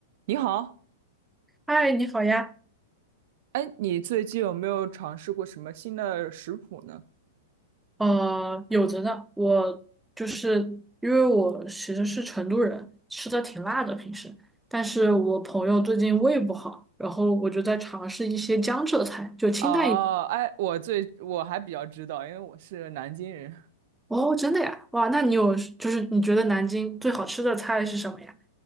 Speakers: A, on the right; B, in the centre.
A: 你好，
B: 嗨，你好呀。
A: 哎，你最近有没有尝试过什么新的食谱呢？
B: 呃，有着呢。我就是因为我其实是成都人，吃的挺辣的平时，但是我朋友最近胃不好，然后我就在尝试一些江浙菜，就清淡一点。
A: 哦，哎，我最我还比较知道，因为我是南京人，
B: 哦，真的呀？哇，那你有就是你觉得南京最好吃的菜是什么呀？